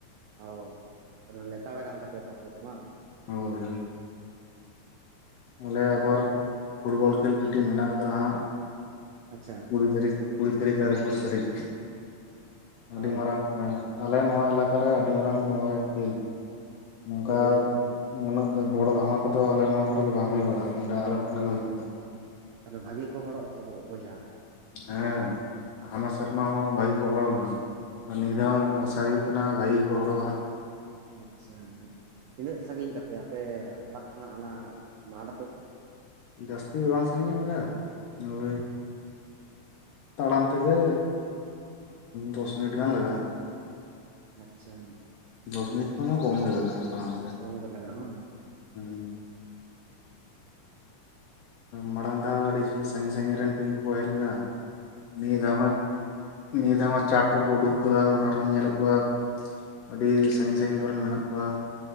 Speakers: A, on the right (about 80°); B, on the left (about 80°).
A: ᱚ ᱛᱟᱞᱮ ᱞᱮᱛᱟᱲ ᱠᱟᱱ ᱛᱟᱯᱮᱭᱟ ᱯᱚᱛᱟ ᱫᱚ ᱵᱟᱝ?
B: ᱦᱳ ᱦᱳᱭ ᱟᱞᱮ ᱟᱵᱟᱨ ᱯᱷᱩᱴᱵᱚᱞ ᱠᱷᱮᱞ ᱢᱤᱫᱴᱤᱝ ᱢᱮᱱᱟᱜ ᱠᱟᱜ-ᱟ ᱠᱟ ᱦᱟᱸᱜ
A: ᱟᱪᱪᱷᱟ
B: ᱠᱩᱲᱤ ᱛᱟᱹᱨᱤᱠᱷ ᱠᱩᱲᱤ ᱛᱟᱹᱨᱤᱠᱷ ᱟᱨ ᱮᱠᱩᱥ ᱛᱟᱹᱨᱤᱠᱷ ᱟᱹᱰᱤ
A: ᱚ
B: ᱢᱟᱨᱟᱝ ᱟᱞᱮ ᱱᱚᱣᱟ ᱮᱞᱟᱠᱟᱨᱮ ᱟᱹᱰᱤ ᱢᱟᱨᱟᱝ ᱱᱚᱣᱟ ᱠᱷᱮᱞ ᱱᱚᱝᱠᱟ
A: ᱪᱮᱫ ᱞᱟᱹᱭ ᱦᱩᱭᱩᱜ ᱠᱟᱱᱟ
B: ᱩᱱᱟᱹᱜ ᱫᱚ ᱵᱚᱲᱚ ᱫᱷᱟᱢᱟ ᱠᱚᱫᱚ ᱟᱞᱮ ᱱᱚᱣᱟ ᱠᱚᱨ ᱫᱚ ᱵᱟᱝ ᱦᱩᱭ ᱵᱟᱲᱟᱜᱼᱟ ᱱᱚᱸᱰᱮ ᱟᱞᱮᱴᱷᱮᱱ ᱜᱮ ᱦᱩᱭᱩᱜ
A: ᱛᱟᱦᱞᱮ ᱵᱷᱟᱹᱜᱤ ᱠᱚ ᱦᱚᱲᱚᱜ-ᱟ ᱛᱚᱵ ᱵᱚᱭᱦᱟ
B: ᱦᱮᱸ ᱦᱟᱱᱟ ᱥᱮᱨᱢᱟ ᱦᱚᱸ ᱵᱷᱟᱜᱤ ᱠᱚ ᱦᱚᱲᱚ ᱞᱮᱱᱟ ᱟᱨ ᱱᱤᱭᱟᱹ ᱫᱷᱟᱣ ᱦᱚᱸ ᱢ ᱟᱥᱟ ᱦᱩᱭᱩᱜ ᱠᱟᱱᱟ ᱵᱷᱟᱜᱤ ᱜᱮᱠᱚ ᱦᱚᱲᱚᱜᱼᱟ ᱦᱟᱸᱜ
A: ᱟᱪᱪᱷᱟ ᱛᱤᱱᱟᱹᱜ ᱥᱟᱺᱜᱤᱧ ᱛᱟᱯᱮᱭᱟ ᱟᱯᱮ ᱚᱲᱟᱜ ᱠᱷᱚᱱᱟᱜ ᱚᱱᱟ ᱢᱟᱴᱷ ᱫᱚ?
B: ᱡᱟᱹᱥᱛᱤ ᱫᱚ ᱵᱟᱝ ᱥᱟᱜᱤᱧᱟ ᱵᱚᱭᱦᱟ ᱳᱭ ᱛᱟᱲᱟᱢ ᱛᱮᱜᱮ ᱫᱚᱥ ᱢᱤᱱᱤᱴ ᱜᱟᱱ ᱞᱟᱜᱟᱜᱼᱟ
A: ᱟᱪᱪᱷᱟ
B: ᱫᱚᱥ ᱢᱤᱱᱤᱴ ᱠᱷᱚᱱ ᱦᱚᱸ ᱠᱚᱢ ᱜᱮ ᱞᱟᱜᱟᱜᱼᱟ ᱛᱟᱲᱟᱢ ᱛᱮ
A: ᱠᱚᱢ ᱜᱮ ᱞᱟᱜᱟᱜᱼᱟ ᱵᱟᱝ
B: ᱦᱩᱸ ᱢᱟᱲᱟᱝ ᱫᱷᱟᱣ ᱟᱹᱰᱤ ᱡᱷᱟᱹᱞ ᱥᱟᱺᱜᱤᱧ ᱥᱟᱺᱜᱤᱧ ᱨᱮᱱ ᱴᱤᱢ ᱠᱚᱠᱚ ᱦᱮᱡ ᱞᱮᱱᱟ ᱱᱤᱭᱟᱹ ᱫᱷᱟᱣ ᱦᱚᱸ ᱱᱤᱭᱟᱹ ᱫᱷᱟᱣ ᱦᱚᱸ ᱪᱟᱴ ᱠᱚᱠᱚ ᱩᱰᱩᱠ ᱠᱟᱫᱟ ᱚᱱᱟ ᱨᱮᱦᱚᱸᱧ ᱧᱮᱞᱮᱫ ᱠᱚᱣᱟ ᱟᱹᱰᱤ ᱥᱟᱺᱜᱤᱧ ᱥᱟᱺᱜᱤᱧ ᱠᱚᱨᱮᱱ ᱢᱮᱱᱟᱜ ᱠᱚᱣᱟ